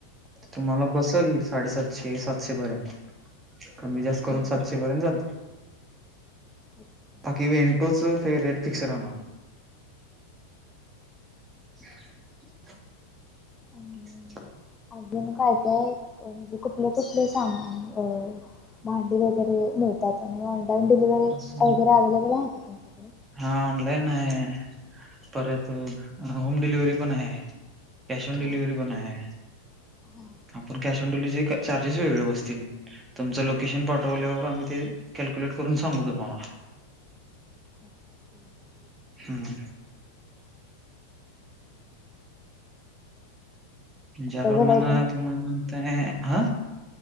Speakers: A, on the right; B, on the left.
A: तुम्हाला बसेल साडेसातशे सातशे पर्यंत कमी जास्त करून
B: हम्म,
A: सातशे पर्यंत जाईल
B: ओके.
A: बाकीे वेंटोच फेवरेट पिक्चर ना ख्छंछ
B: आणि
A: श्च्छ
B: अजून काय काय क म्हणजे कुठले कुठले सामान हो भांडी वगैरे मिळते चा नाही हो होम डिलेव्हरी
A: राहणार
B: अवेलेबल आहे का तुमकडे
A: हा ऑनलाईन आहे परत होम डिलव्हरी पण आहे कॅश ऑन डिलिव्हरी
B: हा.
A: पण आहे
B: हा
A: आपण कॅश ऑन डिलेव्हरी चार्जेस वेगळे बसतील तुमचं लोकेशन पाठवल्यावर आम्ही ते कॅल्क्युलेट करून सांगू तुम्हाला
B: आता
A: हम् ज्या प्रमाणं
B: काय बोलायचं
A: तुम्हाला ते नव्हे हा